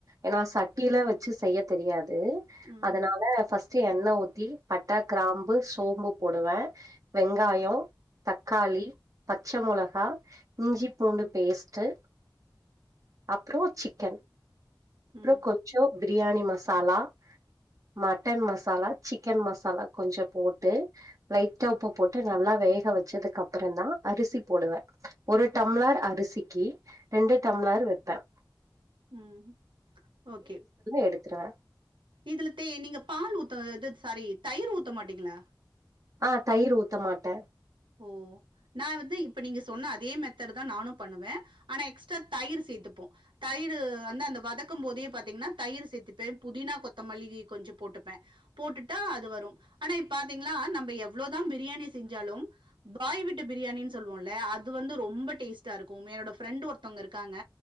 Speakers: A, on the right; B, on the right.
A: ஏனா சட்டியில வச்சு செய்ய தெரியாது து
B: ம்,
A: அதனால ஃபர்ஸ்ட்டு எண்ணெய் ஊத்தி ஊத்தி பட்டா கிராம்பு சோம்பு போடுவேன் வெங்காயோம் தக்காளி பச்ச மொளகா இஞ்சி பூண்டு பேஸ்ட்டு அப்ரோம் சிக்கன் அப்றோம்
B: ம்,
A: கொஞ்சோம் பிரியாணி மசாலா மட்டன் மசாலா சிக்கன் மசாலா கொஞ்சோம் போட்டு லைட்டா உப்பு போட்டு நல்லா வேக வச்சதுக்கு அப்றோம் தான் அரிசி போடுவேன் ஒரு டம்ளர் அரிசிக்கு ரெண்டு டம்ளர் வைப்பேன்
B: ஹும் ஓகே
A: எடுத்துருவே
B: இதுல தே நீங்க பால் ஊத்தாதது சாரி தயிர் ஊத்த மாட்டீங்ளா
A: ஆஹ தயிர் ஊத்த மாட்டேன்
B: ஓ நான் வந்து இப்ப நீங்க சொன்ன அதே மெத்தடு தான் நானும் பண்ணுவேன் ஆனா எக்ஸ்ட்ரா தயிர் சேத்துபேன் தயிரும் வந்து அந்த வதக்கும் போதே பாத்தீங்கன்னா தயிர் சேர்த்துப்பேன் புதினா கொத்தமல்லி கொஞ்சோ போட்டுப்பேன் போட்டுட்டா அது வரும் ஆனா இப்ப பாத்தீங்ன்னா நம்ம எவ்ளோதான் பிரியாணி செஞ்சாலும் பாய் வீட்டு பிரியாணினு சொல்லுவோம்ல அது வந்து ரொம்ப டேஸ்ட்டா இருக்கும் என்னோட ஃப்ரெண்ட் ஒருத்தவங்க இருக்காங்க